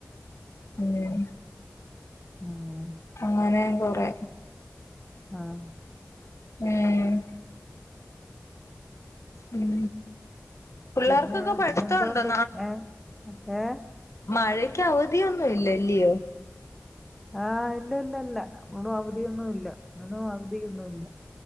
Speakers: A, on the left (about 65°); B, in the centre.
A: ഉം
B: ഉം
A: അങ്ങനേം കൊറേ
B: ആഹ്
A: ങേഹ് ഉം പിള്ളേർക്കൊക്കെ
B: പിന്നെ
A: പഠിത്തമുണ്ടോ
B: പിന്നെന്തോണ്ട് ഏഹ് ഏഹ്
A: മഴക്കവധിയൊന്നും ഇല്ലല്ലിയോ
B: ആഹ് ഇല്ല ഇല്ല ഇല്ല <unintelligible> അവധിയൊന്നു ഇല്ല <unintelligible> അവധിയൊന്നു ഇല്ല